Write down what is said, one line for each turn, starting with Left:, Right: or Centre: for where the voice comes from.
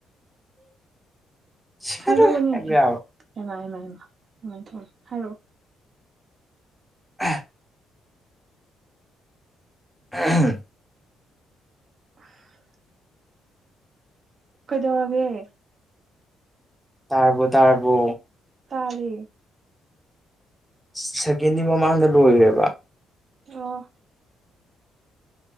Centre: ꯁꯤꯔꯔꯣꯏ
Right: ꯍꯥꯏꯔꯛꯑꯣꯅꯦ
Centre: ꯍꯥꯏꯕ ꯌꯥꯕ
Right: ꯑꯦꯃꯑꯃꯃ ꯑꯗꯨꯃꯥꯏꯅ ꯊꯧ ꯍꯥꯏꯔꯛꯑꯣ
Centre: <unintelligible> <unintelligible>
Right: <unintelligible> ꯀꯩꯗꯧꯔꯥꯒꯦ
Centre: ꯇꯔꯕꯣ ꯇꯔꯕꯣ
Right: ꯇꯥꯔꯦ
Centre: ꯁꯦꯀꯦꯟꯗꯤ ꯃꯃꯥꯡꯗ ꯂꯣꯏꯈ꯭ꯔꯦꯕ
Right: ꯑꯣ